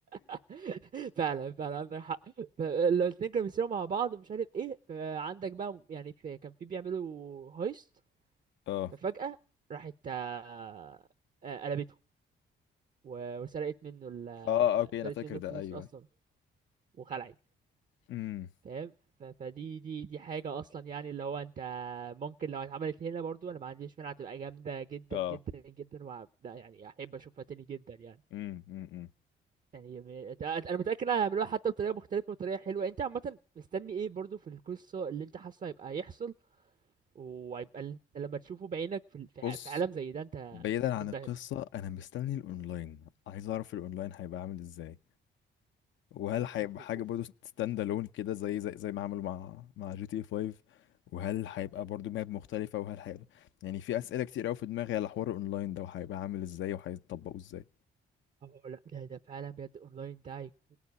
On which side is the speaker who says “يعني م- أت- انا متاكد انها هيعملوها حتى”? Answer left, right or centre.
Right